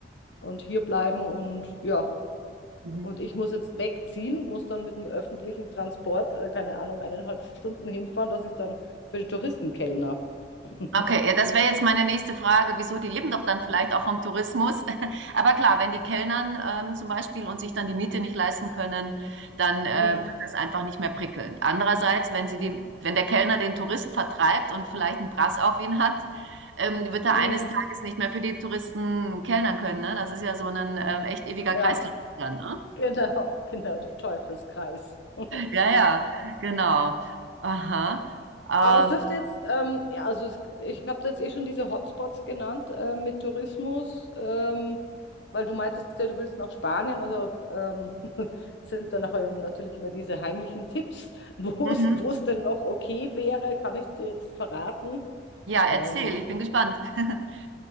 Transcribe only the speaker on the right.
Mhm.
Okay, ja, das wäre jetzt meine nächste Frage. Wieso? Die leben doch dann vielleicht auch vom Tourismus. <laughs> Aber klar, wenn die Kellnern ähm, zum Beispiel und sich dann die Miete nicht leisten können, dann äh,
wird das einfach nicht mehr prickelnd. Andererseits, wenn sie die, wenn der Kellner den Tourist vertreibt und vielleicht einen Brass auf ihn hat, ähm, wird er
eines Tages nicht mehr für die Touristen kellnern können. Ne? Das ist ja so ein ähm, echt ewiger
Kreislauf dann, ne?
Ja, ja, genau. Aha. Ähm,
mhm.
Ja,
erzähl, ich bin gespannt. <laughs>